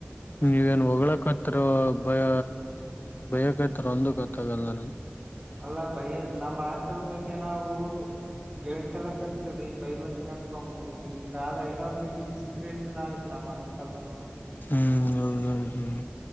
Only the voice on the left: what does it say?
ನೀವೇನ್ ಹೊಳಕತ್ತಿರಾ ಬಯ ಬಯಕತ್ತೀರಾ ಒಂದು ಗೊತ್ತಾಗಲ್ಲ ನಂಗ
ಹ್ಮ್ ಹ್ಮ ಹ್ಮ್